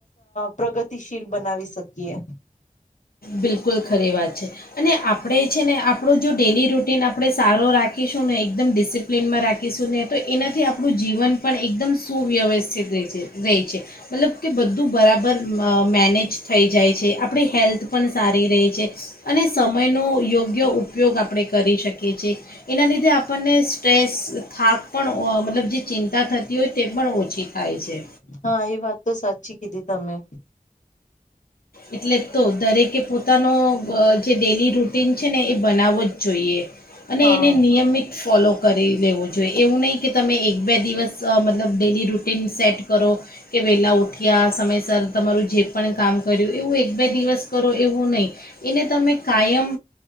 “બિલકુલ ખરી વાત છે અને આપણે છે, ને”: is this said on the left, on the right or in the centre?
Left